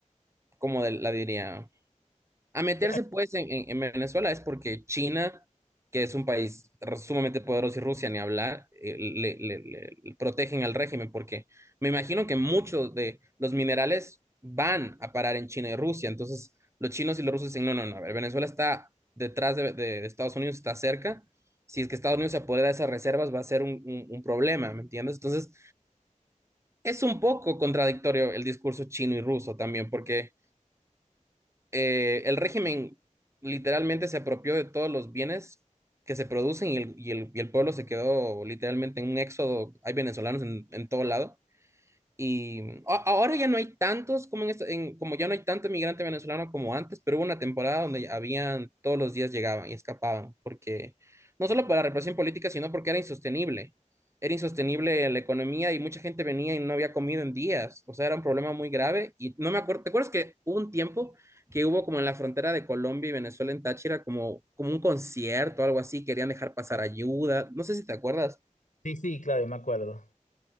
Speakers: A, on the right; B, on the left.
A: como de- la diría, a meterse
B: Sí, ay,
A: pues en, en- en Venezuela es porque China, que es un país sumamente poderoso y Rusia, ni hablar, eh, le, le- le- le protegen al régimen, porque me imagino que muchos de los minerales van a parar en China y Rusia, entonces los chinos y los rusos dicen, no, no, no, a ver, Venezuela está detrás de, de Estados Unidos, está cerca, si es que Estados Unidos se apodera de esas reservas va a ser un, un un problema, ¿me entiendes? Entonces es un poco contradictorio el discurso chino y ruso también, porque eh, el régimen literalmente se apropió de todos los bienes que se producen y el, y el, y el pueblo se quedó literalmente en un éxodo. Hay venezolanos en, en todo lado. Y a- ahora ya no hay tantos como en esto- en- como ya no hay tanto inmigrante venezolano como antes, pero hubo una temporada donde habían, todos los días llegaban y escapaban, porque no solo por la represión política, sino porque era insostenible. Era insostenible la economía y mucha gente venía y no había comido en días. O sea, era un problema muy grave. Y no me acuerdo, ¿te acuerdas que hubo un tiempo que hubo como en la frontera de Colombia y Venezuela en Táchira, como, como un concierto, algo así, querían dejar pasar ayuda? No sé si te acuerdas.
B: sí, sí, claro, me acuerdo.